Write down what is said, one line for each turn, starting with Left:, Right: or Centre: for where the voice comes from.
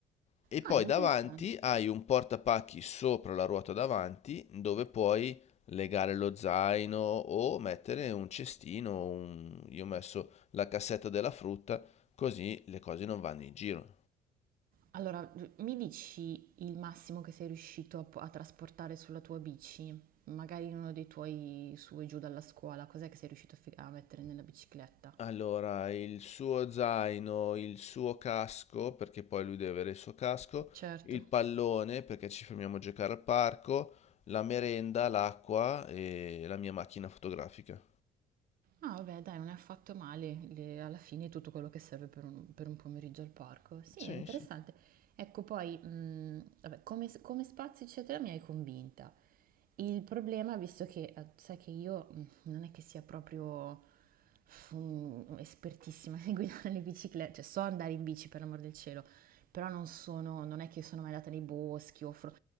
Left: E poi
Right: Ah, interessante.
Left: davanti hai un portapacchi sopra la ruota davanti dove puoi legare lo zaino o mettere un cestino, un- io ho messo la cassetta della frutta, così le cose non vanno in giro.
Right: Allora, mi dici il massimo che sei riuscito a, po- a trasportare sulla tua bici? Magari in uno dei tuoi su e giù dalla scuola, cos'è che sei riuscito a fi- a mettere nella bicicletta?
Left: Allora, il suo zaino, il suo casco, perché poi lui deve avere il suo casco,
Right: Certo.
Left: il pallone, perché ci fermiamo a giocare al parco, la merenda, l'acqua e la mia macchina fotografica.
Right: Ah, vabbè, dai, non è affatto male. le- alla fine è tutto quello che serve per un, per un pomeriggio al parco. Sì,
Left: Sì,
Right: è interessante.
Left: sì.
Right: Ecco, poi, mh, vabbè, come, come spazio, eccetera, mi hai convinta. Il problema, visto che eh, sai che io mh, non è che sia proprio mm, espertissima nel <laughs> guidare le biciclette, cioè so andare in bici per l'amor del cielo, però non sono, non è che sono mai andata nei boschi o fro-